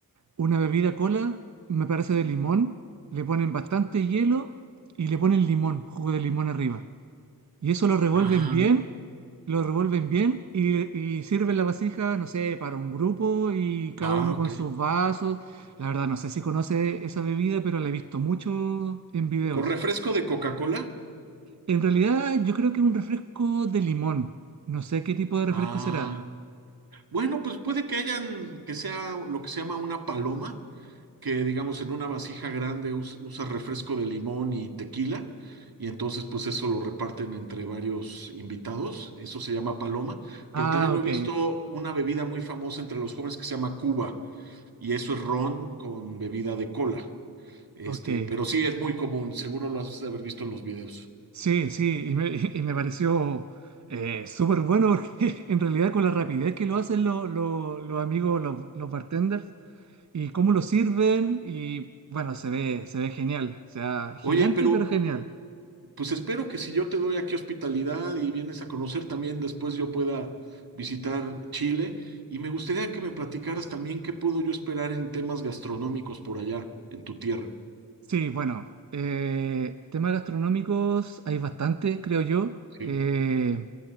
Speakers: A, on the right (about 50°); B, on the right (about 75°).
A: una bebida cola, me parece de limón, le ponen bastante hielo y le ponen limón, jugo de limón arriba. Y eso lo revuelven
B: Ah,
A: bien, lo revuelven bien y, y sirven la vasija, no sé, para un grupo y cada
B: ah,
A: uno
B: ok.
A: con sus vasos. La verdad, no sé si conoce esa bebida, pero la he visto mucho en videos.
B: ¿Con refresco de Coca-Cola?
A: En realidad, yo creo que es un refresco de limón. No sé qué tipo de refresco
B: Ah,
A: será.
B: bueno, pues puede que hayan, que sea lo que se llama una paloma, que digamos en una vasija grande us- usa refresco de limón y tequila, y entonces pues eso lo reparten entre varios invitados, eso se llama paloma,
A: Ah,
B: pero también lo
A: ok,
B: he visto una bebida muy famosa entre los jóvenes que se llama Cuba, y eso es ron con bebida de cola. Este,
A: ok.
B: pero sí es muy común, seguro lo has de haber visto en los videos.
A: Sí, sí, y me, <laughs> y me pareció eh, súper bueno porque <laughs> en realidad con la rapidez que lo hacen lo- lo- los amigos, los, los bartenders, y cómo lo sirven y bueno, se ve, se ve genial, o sea, gigante
B: Oye, pero
A: pero genial.
B: Pues espero que si yo te doy aquí hospitalidad y vienes a conocer también, después yo pueda visitar Chile. Y me gustaría que me platicaras también qué puedo yo esperar en temas gastronómicos por allá, en tu tierra.
A: Sí, bueno, eh, temas gastronómicos hay bastante, creo yo.
B: Sí.
A: Eh,